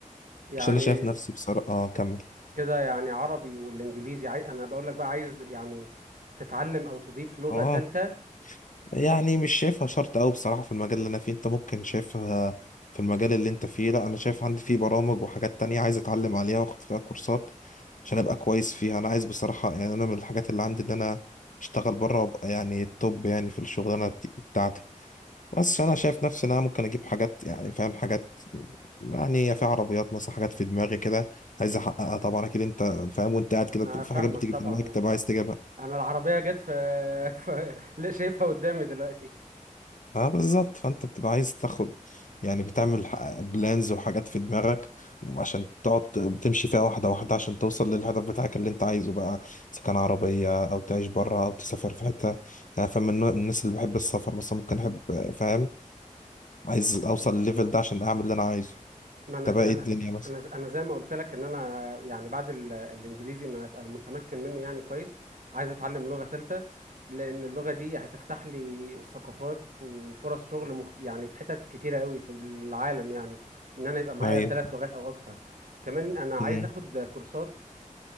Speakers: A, on the right; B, on the left.
A: يعني
B: عشان انا شايف نفسي بصراحه اه كمل
A: كده يعني عربي والانجليزي عاي... انا بقول لك بقى عايز يعني تتعلم او تضيف لغة
B: اه
A: ثالثة
B: يعني مش شايفها شرط أوي بصراحة في المجال اللي أنا فيه أنت ممكن شايفها في المجال اللي أنت فيه لأ أنا شايف عندي فيه برامج وحاجات تانية عايز أتعلم عليها وأخد فيها كورسات عشان أبقى كويس فيها أنا عايز بصراحة يعني أنا من الحاجات اللي عندي إن أنا أشتغل بره وأبقى يعني التوب يعني في الشغلانة بت- بتاعتي بس أنا شايف نفسي إن أنا ممكن أجيب حاجات يعني فاهم حاجات يعني في عربيات مثلا حاجات في دماغي كده عايز أحققها طبعا أكيد أنت فاهم وأنت قاعد كده
A: ما
B: في
A: فاهمك
B: حاجات بتيجي
A: طبعا
B: في دماغك
A: ما-
B: تبقى عايز تجيبها
A: انا العربية جت في, <laughs> في... لا شايفها قدامي دلوقتي
B: اه بالظبط فانت بتبقى عايز تاخد يعني بتعمل بلانز وحاجات في دماغك عشان تقعد ت- بتمشي فيها واحدة واحدة عشان توصل للهدف بتاعك اللي انت عايزه بقى اذا كان عربية او تعيش بره او تسافر في حتة يعني فاهم النوع- الناس اللي بحب السفر مثلا ممكن احب فاهم عايز اوصل للليفل ده عشان اعمل اللي انا عايزه
A: ما انا
B: ده
A: ز...
B: بقى
A: انا
B: ايه الدنيا مثلا
A: انا ز... انا زي ما قلت لك ان انا يعني بعد ال... الانجليزي ما ابقى متمكن منه يعني كويس عايز اتعلم لغة تالتة لان اللغة دي هتفتح لي ثقافات وفرص شغل مخت... يعني في حتت كتيرة قوي في العالم يعني ان انا يبقى معايا
B: ايوه
A: ثلاث لغات او اكتر كمان انا عايز
B: امم
A: اخد كورسات